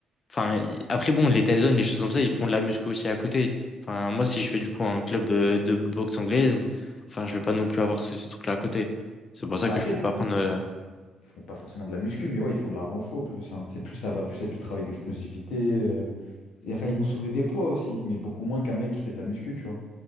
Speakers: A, on the left (about 40°); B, on the left (about 85°).
A: Enfin, y- après, bon, les Tyson, les choses comme ça, ils font de la muscu aussi à côté. Enfin, moi, si je fais du coup un club euh, de boxe anglaise, enfin, je vais pas non plus avoir ce, ce truc-là à côté. C'est pour
B: Bah,
A: ça que
B: après,
A: je peux
B: ils font,
A: pas prendre. euh,
B: ils font pas forcément de la muscu, mais ouais, ils font de la renfo plus. hein. C'est plus ça va plus être du travail d'explosivité. euh. Et enfin, ils vont soulever des poids aussi, mais beaucoup moins qu'un mec qui fait de la muscu, tu vois. Un